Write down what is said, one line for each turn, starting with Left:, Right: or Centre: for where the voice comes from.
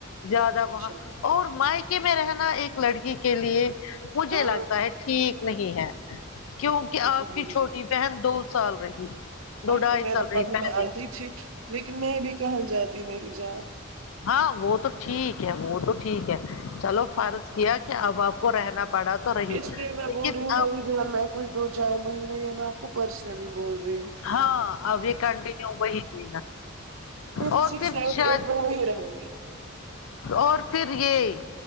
Left: زیادہ وہاں
Right: انشاء اللہ
Left: اور مائکے میں رہنا ایک لڑکی کے لیے مجھے
Right: ہاں
Left: لگتا ہے ٹھیک نہیں ہے کیوں کہ آپ
Right: اچھا میری
Left: کی چھوٹی بہن دو سال رہی دو
Right: آ
Left: ڈھائی
Right: تو میرا
Left: سال رہی
Right: حاتوں
Left: پہلے
Right: میں آتی تھی لیکن میں بھی کہاں جاتی میری جان
Left: ہاں وہ تو ٹھیک ہے وہ تو ٹھیک ہے چلو فرض کیا کہ اب آپ کو رہنا پڑا تو رہی
Right: اس
Left: لیکن
Right: لیے میں بول رہی ہوں
Left: اب
Right: میری گھر میں کچھ دو چار مہینے میں آپ کو پرسنلی بول رہی ہوں <unintelligible>
Left: ہاں اب یہ کنٹینیو وہی دینا
Right: ففتھ
Left: اور
Right: سکس
Left: پھر
Right: سیونت
Left: شاید
Right: ایٹ میں وہ ہی رہوں گی
Left: اور پھر یہ